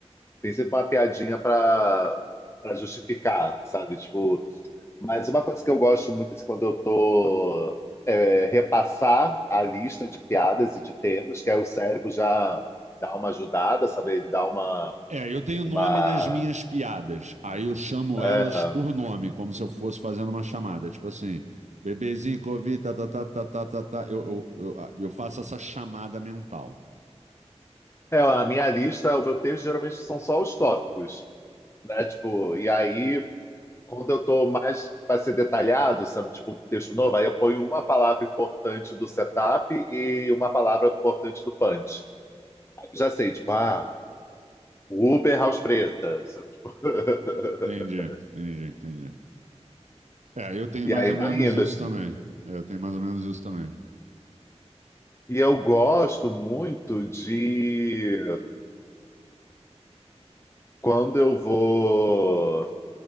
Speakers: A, on the left (about 25°); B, on the right (about 85°).
A: Tem sempre uma piadinha para para justificar, sabe? Tipo, mas uma coisa que eu gosto muito é quando eu tô é, repassar a lista de piadas e de temas, que aí o cérebro já dá uma ajudada, sabe? Ele dá uma
B: É, eu tenho
A: uma
B: nome nas minhas piadas. Aí eu chamo
A: é,
B: elas por nome, como se eu fosse fazendo uma chamada. Tipo assim, bebezinho, Covid, tá, tá, tá, tá, tá, tá, tá. Eu, eu, eu, ah, eu faço essa chamada mental.
A: é, a minha lista, o meu texto geralmente são só os tópicos né? Tipo, e aí Quando eu estou mais para ser detalhado, sabe, tipo um texto novo, aí eu ponho uma palavra importante do setup e uma palavra importante do punch. Aí eu já sei, tipo, ah, Uber House Preta, sabe, tipo... <laughs>
B: Entendi, entendi, entendi. É, eu tenho
A: E
B: mais
A: aí
B: ou
A: vai
B: menos
A: indo
B: isso
A: assim.
B: também. É, eu tenho mais ou menos isso também.
A: E eu gosto muito de quando eu vou